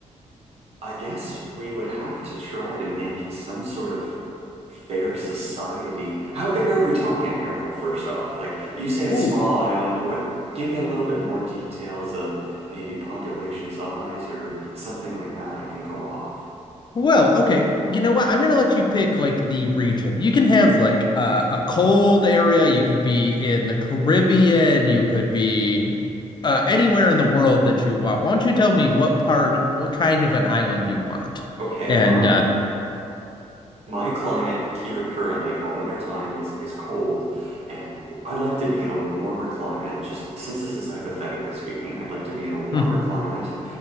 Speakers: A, on the right; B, on the left.
A: I guess we would have to try to make some sort of fair society. How big are we talking here, though, first off? Like, you
B: <laughs>
A: say a
B: Ooh,
A: small island. What? Give me a little bit more details of maybe population size or something like that I can go off.
B: Well, okay. You know what? I'm gonna let you pick like the region. You can have like uh, a cold area. You could be in the Caribbean. You could be uh, anywhere in the world that you want. Why don't you tell me what part, what kind of an island you want?
A: Okay,
B: And
A: my
B: uh,
A: my climate here currently, well, winter time is is cold, and I'd like to be in a warmer climate, just since this is hypothetically speaking, I'd like to be in a warmer
B: <laughs>
A: climate.